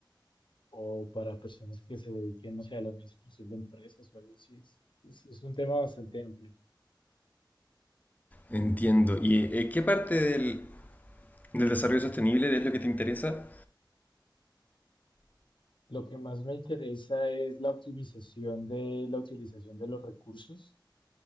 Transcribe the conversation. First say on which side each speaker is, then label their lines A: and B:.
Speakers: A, on the left; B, on the left.
A: o para personas que se dediquen, no sé, a la administración de empresas o algo así. Es, es- es un tema bastante amplio.
B: Entiendo. ¿Y eh, qué parte del, del desarrollo sostenible es lo que te interesa?
A: Lo que más me interesa es la optimización de la utilización de los recursos,